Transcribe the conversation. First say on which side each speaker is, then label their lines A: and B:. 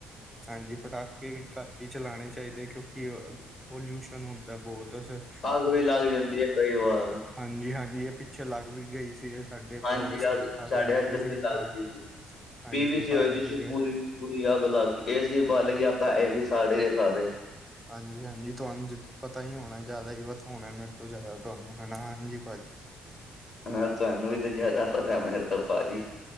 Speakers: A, in the centre; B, on the left.
A: ਹਾਂਜੀ, ਪਟਾਕੇ ਵੀ ਘੱਟ ਹੀ ਚਲਾਨੇ ਚਾਹੀਦੇ ਕਿਉਂਕਿ ਪੋਲਿਊਸ਼ਨ ਹੁੰਦਾ ਬਹੁਤ ਫੇਰ
B: ਅੱਗ ਵੀ ਲੱਗ ਜਾਂਦੀ ਏ ਕਈ ਵਾਰ।
A: ਹਾਂਜੀ-ਹਾਂਜੀ ਇਹ ਪਿੱਛੇ ਲੱਗ ਵੀ ਗਈ ਸੀ ਇਹ ਸਾਡੇ
B: ਹਾਂਜੀ,
A: ਪੜੋਸ
B: ਅਹ
A: ਅੱਗ
B: ਸਾਢੇ
A: ਲੱਗ
B: ਅੱਧਰ
A: ਗਈ ਸੀ
B: ਵੀ ਲੱਗ
A: ਫਾਇਰ
B: ਗਈ ਸੀ,
A: ਹਾਂਜੀ,
B: ਪੀ ਵੀ ਸੀ
A: ਫਾਇਰ
B: ਹੋਈ
A: ਬ੍ਰਿਗੇਡ
B: ਸੀ ਪੂਰੀ ਪੂਰੀ ਅੱਗ ਲੱਗ ਗਈ ਏ ਸੀ ਬਲ ਗਿਆ ਪੈਸੇ ਵੀ ਸਾੜ ਗਏ ਸਾਰੇ।
A: ਹਾਂਜੀ-ਹਾਂਜੀ ਤੁਹਾਨੂੰ ਪਤਾ ਹੀ ਹੋਣਾ ਜ਼ਿਆਦਾ ਹੀ ਪਤਾ ਹੋਣਾ ਮੇਰੇ ਤੋਂ ਜ਼ਿਆਦਾ ਤੁਹਾਨੂੰ ਹਨਾ ਹਾਂਜੀ ਭਾਜੀ
B: ਹਾਂ ਤੁਹਾਨੂੰ ਵੀ ਤੇ ਜਾਦਾ ਪਤਾ ਮੇਰੇ ਤੋ ਭਾਜੀ।